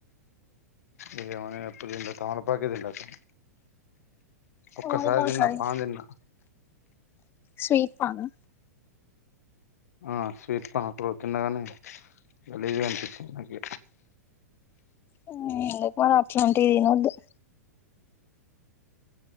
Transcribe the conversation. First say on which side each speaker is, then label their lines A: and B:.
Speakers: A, on the left; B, on the left.
A: ఇగ ఏమో నేనెప్పుడూ తినలే తమలపాకే తినలే అసలు
B: తమలపాకు
A: ఒక్కసారి దిన్నా
B: అది
A: పాన్ దిన్నా
B: స్వీట్ పాన్ నా
A: ఆ స్వీట్ పాన్ ఒకరోజు తిన్న గానీ గలీజ్ గా అనిపించింది నాకి
B: ఉ ఎందుకు మరి అట్లాంటివి తినొద్దు